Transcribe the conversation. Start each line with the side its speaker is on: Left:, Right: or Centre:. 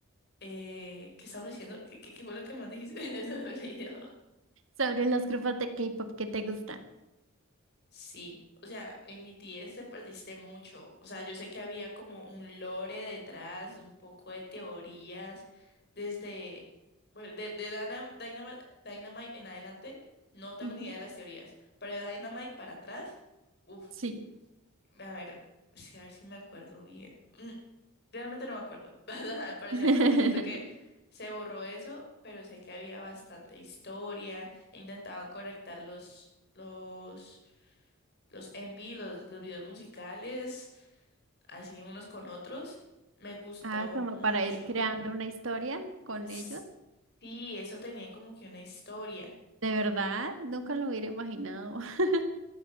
Left: eh, ¿qué estaba diciendo? ¿Qué, qué, qué fue lo que más dijiste? <laughs> Se me olvidó.
Right: Sobre los grupos de K-pop que te gustan.
Left: Sí, o sea, en BTS te perdiste mucho. O sea, yo sé que había como un lore detrás, un poco de teorías, desde, bueno, de, de Dynam- Dynama- Dynamite, en adelante, no tengo
Right: Ujú.
Left: ni idea de las teorías, pero de Dynamite para atrás, uff,
Right: Sí.
Left: a ver, sí, a ver si me acuerdo bien. Mm, realmente no me acuerdo. <laughs> Al parecer
Right: <laughs>
Left: como que siento que se borró eso, pero sé que había bastante historia, intentaban conectar los... los los MV, los, los videos musicales, así unos con otros. Me gustó
Right: Ah, como
Left: mucho.
Right: para ir creando una historia con
Left: S-
Right: ellos.
Left: Sí, eso tenía como que una historia.
Right: De verdad, nunca lo hubiera imaginado. <laughs>